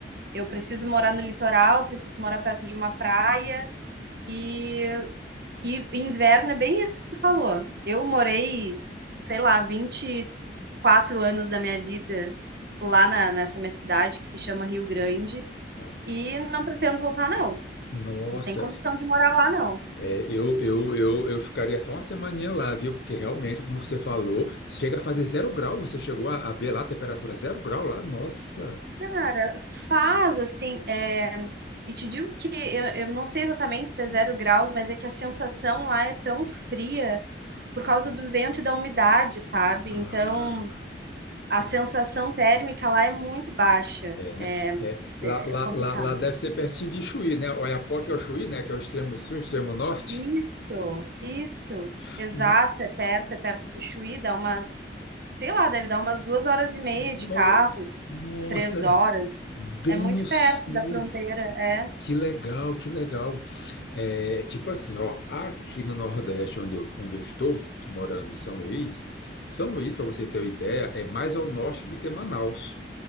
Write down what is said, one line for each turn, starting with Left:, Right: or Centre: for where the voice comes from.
Right: Eu preciso morar no litoral, preciso morar perto de uma praia. E, e inverno é bem isso que tu falou. Eu morei, sei lá, vinte, e quatro anos da minha vida lá na, nessa minha cidade, que se chama Rio Grande,
Left: Ah,
Right: e não pretendo voltar, não.
Left: Nossa,
Right: Não tem condição de morar lá, não.
Left: é, eu, eu, eu, eu ficaria só uma semaninha lá, viu? Porque realmente, como você falou, chega a fazer zero grau. Você chegou a, a ver lá a temperatura zero grau lá? Nossa.
Right: Cara, faz assim. é, E te digo que eu, eu não sei exatamente se é zero graus, mas é que a sensação lá é tão fria
Left: ah,
Right: por causa
Left: hum.
Right: do vento e da umidade, sabe?
Left: Ah,
Right: Então a
Left: tá.
Right: sensação térmica lá é muito baixa.
Left: É, né?
Right: É,
Left: É, lá,
Right: é
Left: lá,
Right: é complicado.
Left: lá, lá deve ser pertinho de Chuí, né? Oiapoque é o Chuí, né? Que é o extremo sul, extremo norte.
Right: Isso, isso.
Left: <laughs>
Right: Exato,
Left: No,
Right: é perto, é perto do Chuí, dá umas, sei lá, deve dar umas duas horas e meia
Left: no-
Right: de carro,
Left: nossa,
Right: três horas.
Left: bem
Right: É muito
Left: no sul.
Right: perto da fronteira, é.
Left: Que legal, que legal. É, tipo assim, ó, aqui no Nordeste, onde eu, onde eu estou, morando em São Luís, São Luís, para você ter uma ideia, é mais ao norte do que Manaus.